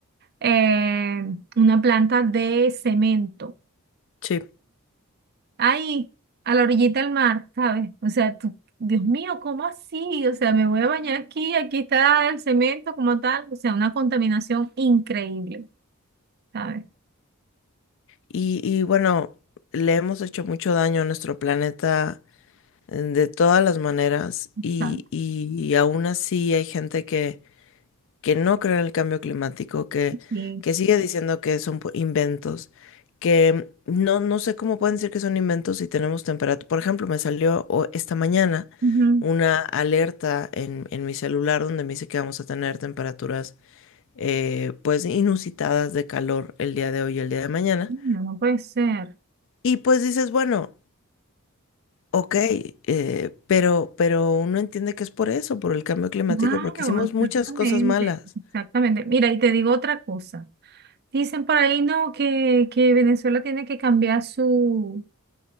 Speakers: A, on the right; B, on the left.
A: Eh, una planta de cemento
B: sí.
A: ahí, a la orillita del mar, ¿sabes? O sea, tú, Dios mío, ¿cómo así? O sea, me voy a bañar aquí, aquí está el cemento como tal, o sea, una contaminación increíble, ¿sabes?
B: Y, y bueno, le hemos hecho mucho daño a nuestro planeta eh, de todas las maneras
A: Bastante.
B: y, y, y aún así hay gente que que no cree en el cambio climático, que,
A: Sí.
B: que sigue diciendo que son pu- inventos, que no, no sé cómo pueden decir que son inventos si tenemos temperatura. Por ejemplo, me salió ho- esta mañana
A: Ujú.
B: una alerta en, en mi celular donde me dice que vamos a tener temperaturas eh, pues inusitadas de calor el día de hoy y el día de mañana.
A: No, no puede ser.
B: Y pues dices, bueno, ok, eh, pero, pero uno entiende que es por eso, por el cambio climático,
A: Claro,
B: porque hicimos muchas
A: exactamente,
B: cosas malas.
A: exactamente. Mira, y te digo otra cosa. Dicen por ahí, no, que, que Venezuela tiene que cambiar su,